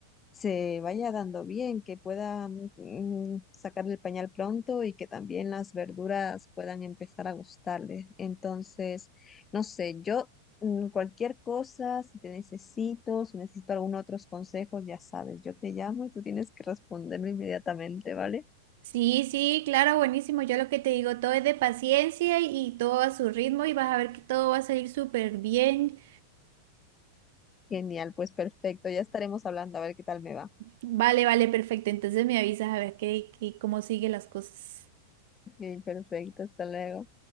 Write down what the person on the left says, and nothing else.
se vaya dando bien, que pueda mm, mm, sacarle el pañal pronto y que también las verduras puedan empezar a gustarle. Entonces, no sé, yo mm, cualquier cosa, si te necesito, si necesito algún otros consejos, ya sabes, yo te llamo y tú tienes que responderme inmediatamente, ¿vale?
Genial, pues perfecto, ya estaremos hablando a ver qué tal me va.
Ok, perfecto, hasta luego.